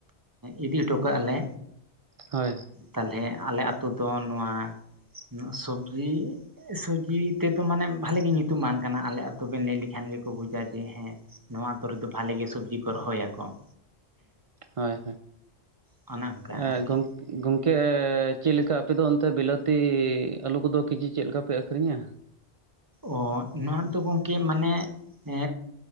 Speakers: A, on the right; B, on the right.
A: ᱤᱫᱤ ᱦᱚᱴᱚ ᱠᱟᱜᱼᱟᱞᱮ
B: ᱦᱳᱭ
A: ᱛᱟᱦᱚᱞᱮ ᱟᱞᱮ ᱟᱹᱛᱩ ᱫᱚ ᱱᱚᱣᱟ ᱱᱚᱣᱟ ᱥᱚᱵᱡᱤ ᱥᱚᱵᱡᱤ ᱛᱮᱫᱚ ᱢᱟᱱᱮ ᱵᱷᱟᱞᱮᱜ ᱜᱮ ᱧᱩᱛᱩᱢᱟᱱ ᱠᱟᱱᱟ ᱟᱞᱮ ᱟᱛᱩᱵᱤᱱ ᱞᱟᱹᱭ ᱞᱮᱠᱷᱟᱱ ᱜᱮᱠᱚ ᱵᱩᱡᱟ ᱡᱮ ᱦᱮᱸ ᱱᱚᱣᱟ ᱟᱛᱳ ᱨᱮᱫᱚ ᱵᱷᱟᱞᱮ ᱜᱮ ᱥᱚᱵᱡᱤ ᱠᱚ ᱨᱚᱦᱚᱭᱟᱠᱚ ᱾
B: ᱦᱳᱭ
A: ᱚᱱᱮ ᱚᱱᱠᱟ
B: ᱦᱳᱭ
A: ᱟᱨᱠᱤ
B: ᱜᱚᱝ ᱜᱚᱝᱠᱮ ᱪᱮ ᱞᱮᱠᱟ ᱟᱯᱮᱫᱚ ᱚᱱᱛᱮ ᱵᱤᱞᱟᱹᱛᱤ ᱟᱞᱩ ᱠᱚᱫᱚ ᱠᱮᱡᱤ ᱪᱮᱫ ᱞᱮᱠᱟ ᱯᱮ ᱟᱹᱠᱷᱨᱤᱧᱟ?
A: ᱚ ᱱᱚᱣᱟ ᱫᱚ ᱜᱚᱢᱠᱮ ᱢᱟᱱᱮ ᱮ